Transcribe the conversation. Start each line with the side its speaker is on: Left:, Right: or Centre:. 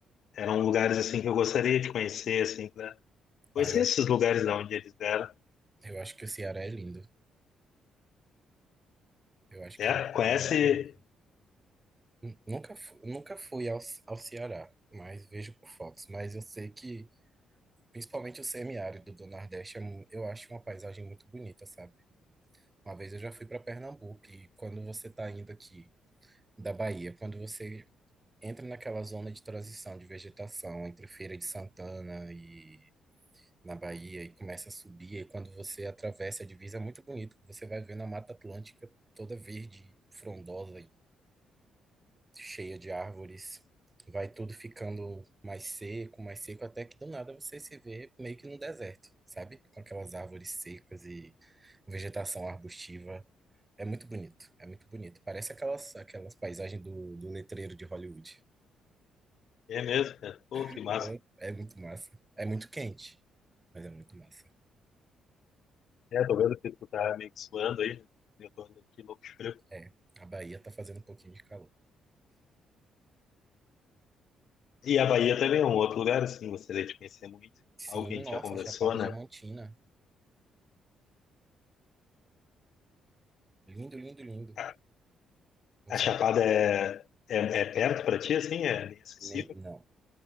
Left: eram lugares assim que eu gostaria de conhecer, assim, pra conhecer
Right: Ah, eu acho,
Left: esses lugares de onde eles vieram.
Right: eu acho que o Ceará é lindo. Eu acho que
Left: É,
Right: ele é
Left: conhece?
Right: muito lindo. Nun- Nunca, fu- nunca fui ao, ao Ceará, mas vejo por fotos. Mas eu sei que Principalmente o semiárido do Nordeste, é mu- eu acho uma paisagem muito bonita, sabe? Uma vez eu já fui para Pernambuco e quando você tá indo aqui da Bahia, quando você entra naquela zona de transição de vegetação entre Feira de Santana e na Bahia e começa a subir, e quando você atravessa a divisa é muito bonito, você vai vendo a Mata Atlântica toda verde, frondosa cheia de árvores, vai tudo ficando mais seco, mais seco, até que do nada você se vê meio que num deserto, sabe? Com aquelas árvores secas e vegetação arbustiva. É muito bonito, é muito bonito. Parece aquelas, aquelas paisagens do, do letreiro de Hollywood.
Left: É mesmo, cara. Pô, que
Right: Então,
Left: massa.
Right: é muito massa. É muito quente, mas é muito massa.
Left: É, tô vendo que tu tá meio que suando aí. né? Eu tô indo aqui louco de frio.
Right: É, a Bahia tá fazendo um pouquinho de calor.
Left: E a Bahia também é um outro lugar, assim, gostaria de conhecer muito.
Right: Sim,
Left: Algo que a gente
Right: nossa,
Left: já conversou,
Right: Chapada
Left: né?
Right: Diamantina. Lindo, lindo, lindo.
Left: A,
Right: Não
Left: a
Right: sei,
Left: Chapada é, é, é perto pra ti, assim? É bem acessível?
Right: nem, não.